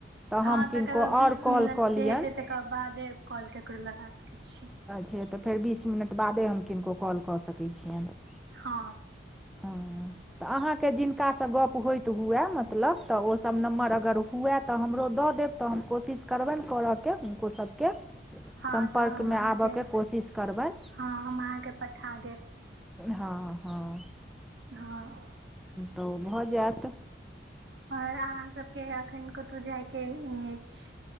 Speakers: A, in the centre; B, on the right.
A: तऽ
B: हँ
A: हम
B: तकर
A: किनको
B: बाद बीस
A: आओर
B: मिनट
A: कॉल कऽ
B: जे
A: लियअनि।
B: हेतै तकर बादे कॉल केकरो लगा सकैत छी।
A: छै तऽ फेर बीस मिनट बादे हम किनको कॉल कऽ सकैत छियनि।
B: हँ।
A: ओ। तऽ अहाँके जिनकासँ गप्प होइत हुए मतलब तऽ ओसभ नम्बर अगर हुए तऽ हमरो दऽ देब। तऽ हम कोशिश करबनि करऽके हुनको सबके।
B: हँ
A: सम्पर्कमे
B: तऽ हम अहाँके
A: आबयके कोशिश करबैन।
B: हँ हम अहाँके पठा देब।
A: हँ हँ।
B: हँ।
A: तऽ ओ भऽ जायत।
B: और अहा सबके अखन कतहु जाय के नै अछि।